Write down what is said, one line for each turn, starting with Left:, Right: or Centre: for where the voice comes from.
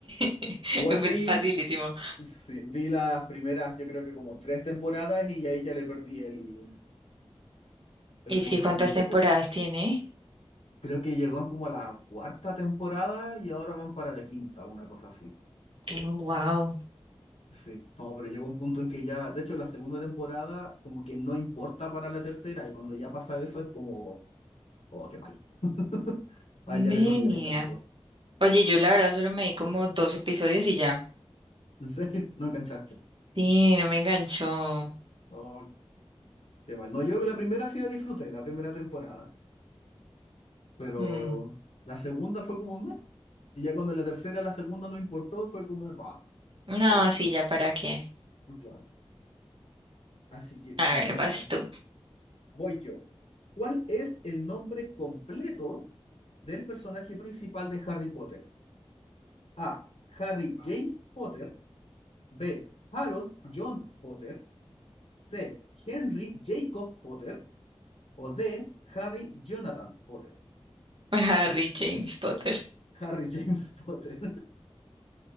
Right: <laughs>
Left: igual
Right: Pues
Left: vi,
Right: facilísimo.
Left: sí, vi las primeras, yo creo que como tres temporadas y ahí ya le perdí el, el
Right: Es
Left: gusto
Right: que ¿cuántas
Left: un poco.
Right: temporadas tiene?
Left: Creo que llegaron como a la cuarta temporada y ahora van para la quinta, una cosa así.
Right: wow.
Left: Sí, no, pero llegó un punto en que ya, de hecho, la segunda temporada como que no importa para la tercera y cuando ya pasa eso es como... Oh, qué mal. <laughs> Ah,
Right: Venía.
Left: ya le perdí el encanto.
Right: Oye, yo la verdad solo me di como dos episodios y ya.
Left: ¿En serio? ¿No enganchaste?
Right: Sí, no me enganchó.
Left: Oh, qué mal. No, yo la primera sí la disfruté, la primera temporada. Pero
Right: Mm,
Left: la segunda fue como un mes. Y ya cuando la tercera, la segunda no importó, fue como, va,
Right: No,
Left: aburrido.
Right: sí, ya para qué.
Left: Y Claro. Así que,
Right: A
Left: bueno,
Right: ver, vas tú.
Left: voy yo. ¿Cuál es el nombre completo del personaje principal de Harry Potter? A. Harry James Potter. B. Harold John Potter. C. Henry Jacob Potter. O D. Harry Jonathan Potter.
Right: <laughs> Harry James Potter.
Left: Harry James Potter.